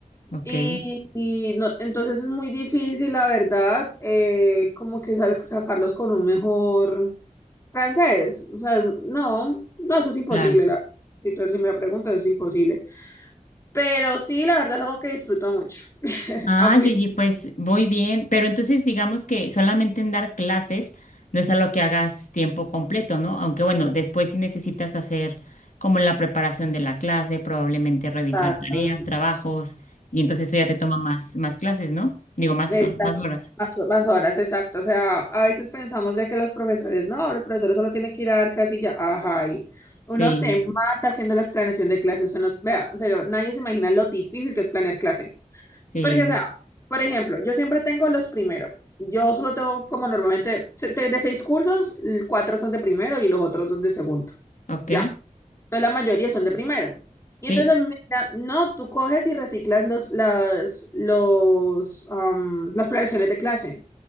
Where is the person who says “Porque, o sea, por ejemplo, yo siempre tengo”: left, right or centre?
Left